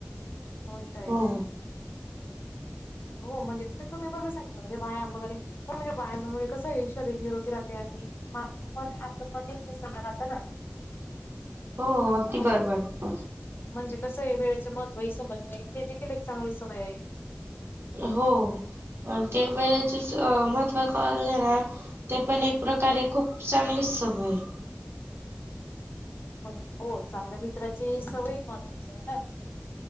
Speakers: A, on the left; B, on the right.
A: होय ताईच.
B: हो
A: हो म्हणजे ते तुम्ही बरोबर सांगितलं, म्हणजे व्यायाम वगैरे होय व्यायामामुळे कसं, आहे शरीर निरोगी राहते आणि म मन आपलं मनही प्रसन्न राहतं ना.
B: हो. अगदी
A: हो.
B: बरोबर
A: म्हणजे कसं आहे वेळेचे महत्त्वही समजणे, हे देखील एक चांगली सवय आहे.
B: हो ते वेळेचेच महत्व कळाले ना. ते पण एक प्रकारे खूप चांगलीच सवय आहे.
A: मग हो चांगल्या मित्राची सवय महत्त्वाची आहे ना ते